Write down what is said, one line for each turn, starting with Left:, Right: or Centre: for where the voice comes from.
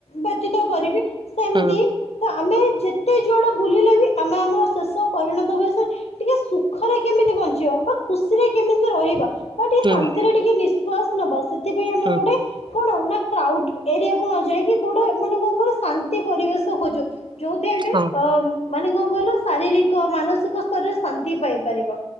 Left: ବ୍ୟତୀତ କରିବି। ସେମିତି
Right: ହୁଁ।
Left: ତ ଆମେ ଯେତେ ଯୁଆଡେ ବୁଲିଲେ ବି ଆମେ ଆମର ଶେଷ ପରିଣତ ବୟସରେ ଟିକେ ସୁଖରେ କେମିତି ବଞ୍ଚିବା ବା ଖୁସିରେ କେମିତି ରହିବା। ବା ଟିକେ
Right: ହୁଁ
Left: ଶାନ୍ତିରେ ଟିକେ ନିଶ୍ୱାସ ନବା ସେଥିପାଇଁ ଆମେ
Right: ହୁଁ
Left: ଗୋଟେ କଣ ନା କ୍ରାଉଡ୍ ଏରିଆ କୁହାଯାଏ କି କୋଉଟା ମାନେ କଣ କର ଶାନ୍ତି ପରିବେଶ ଖୋଜୁ ଯୋଉଠି ଆମେ
Right: ହଁ
Left: ମାନେ କଣ କହିଲ ଶାରୀରିକ ମାନସିକ ସ୍ତରରେ ଶାନ୍ତି ପାଇପାରିବା